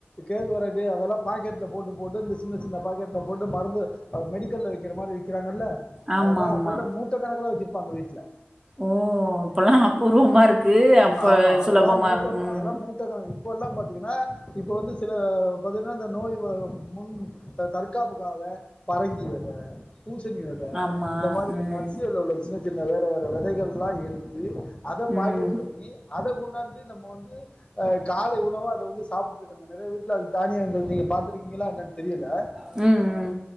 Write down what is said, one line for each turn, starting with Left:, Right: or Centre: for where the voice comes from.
Left: கேழ்வரகு அதெல்லாம் பாக்கெட்டில் போட்டு போட்டு இந்த சின்ன சின்ன பாக்கெட்ல போட்டு மருந்து அது மெடிக்கல்ல விக்கிற மாதிரி விற்கிறாங்கல
Right: ஆமாமா.
Left: அதெல்லாம் உண்டாட மூட்ட கணக்கல வச்சு ங்க வீட்டுல
Right: ஓ இப்பல்லாம அபூர்வமா இருக்கு அப்ப
Left: ஆமா அதெல்லாம்
Right: சுலபமா
Left: மூட்டம்
Right: இருக்கும். ம்.
Left: அதெல்லாம் மூட்ட கண இப்ப எல்லாம் பாத்தீங்கன்னா இப்பல்லாம் பாத்தீங்கன்னா வந்து சில பாத்தீங்கன்னா இந்த நோய் முன் தற்காப்புக்காக பரங்கி வேத பூசணிவிதை
Right: ஆமா.
Left: இந்த மாரி இந்த
Right: ம்.
Left: நட்ஸ்கள் உள்ள சின்ன சின்ன வேற வே விதைகல்லா எடுத்து அத
Right: ம்.
Left: பக்கேட் னி அத கொண்டாந்து நம்ப வந்து அ காலை உணவா அத வந்து சாப்டுருக்காங்க நறைய வீட்ல அந் தானியங்கள் நீங்க பாத்துருக் கிங்களா <unintelligible> தெரியல
Right: ம், ம்.